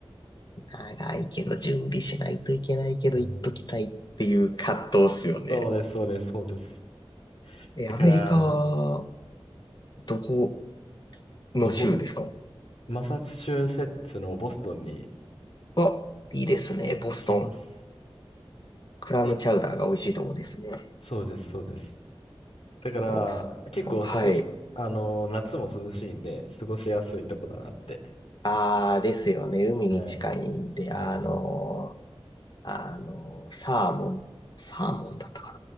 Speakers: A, on the left; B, on the left.
A: 長いけど準備しないといけないけど行っときたいっていう葛藤っすよね。
B: うんそうです、そうです、そうです。
A: え、
B: だから、
A: アメリカ、どこの州ですか
B: とボ、マサチューセッツのボストンに
A: あ、いいですね、ボストン。
B: 行きます。
A: クラムチャウダーが美味しいとこですね。
B: はいそうです、そうです。だから、
A: ボストン、
B: 結構過ごし、
A: はい。
B: あの、夏も涼しいんで、過ごしやすいとこだなって。
A: あーですよね、海に近いんで、
B: はい。うん
A: あのー、あのー、サーモン、サーモンだったか